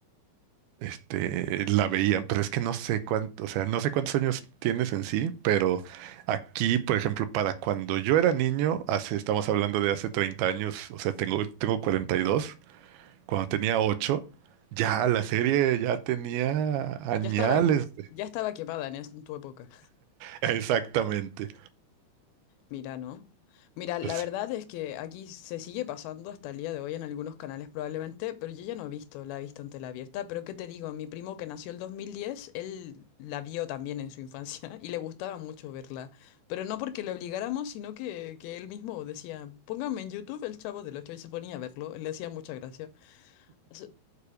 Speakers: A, on the right; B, on the left.
A: este, la veían, pero es que no sé cuánto, o sea, no sé cuántos años tienes en sí, pero aquí, por ejemplo, para cuando yo era niño, hace, estamos hablando de hace 30 años, o sea, tengo, tengo 42. cuando tenía ocho, ya la serie ya tenía añales.
B: Ya estaba,
A: de-
B: ya estaba quemada en, es- en tu época.
A: <laughs> Exactamente.
B: Mira, ¿no? Mira, la
A: Pues,
B: verdad es que aquí se sigue pasando hasta el día de hoy en algunos canales probablemente, pero yo ya no he visto, la he visto en tela abierta, pero ¿qué te digo? Mi primo que nació el 2010, él la vio también en su infancia <laughs> y le gustaba mucho verla, pero no porque le obligáramos, sino que, que él mismo decía, pónganme en YouTube el Chavo del Ocho y se ponía a verlo, le hacía mucha gracia. Sí,